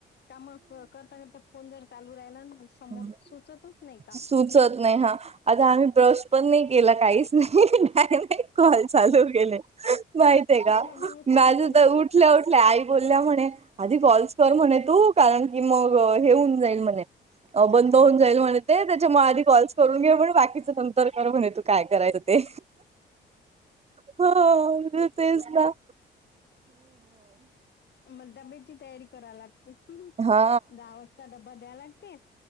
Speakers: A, on the left; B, on the right.
A: काम करता करता फोन जर चालू राहिला ना समोर
B: हम्म
A: सुचतच नाही काम
B: सुचत नाही हा. आता आम्ही ब्रश पण नाही केला काहीच नाही का नाही डायरेक्ट कॉल चालू केले. माहित आहे
A: उठल्याबरोबर
B: का
A: चालू
B: माझं
A: झाली
B: तर उठ. उठल्या उठल्या आई बोलल्या म्हणे आधी कॉल्स कर म्हणे तू कारण की मग हे होऊन जाईल म्हणे बंद होऊन जाईल म्ह ते त्याच्यामुळे आधी कॉल्स करून घे म्हण बाकीचं नंतर कर म्हणे तू काय करायचं ते हो तेच ना्.
A: मग डब्याची तयारी करा लागते. ह्
B: हा
A: दहा वाजता डबबा द्या लागते